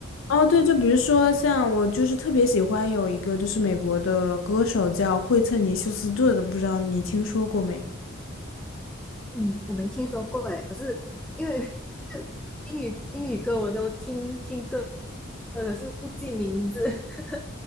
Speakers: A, on the left; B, in the centre.
A: 哦，对，就比如说像我就是特别喜欢有一个就是美国的歌手叫惠特尼休斯顿的，不知道你听说过没？
B: 嗯，我没听说过诶，可是因为就英语英语歌我都听听歌，可是不记名字，<laughs>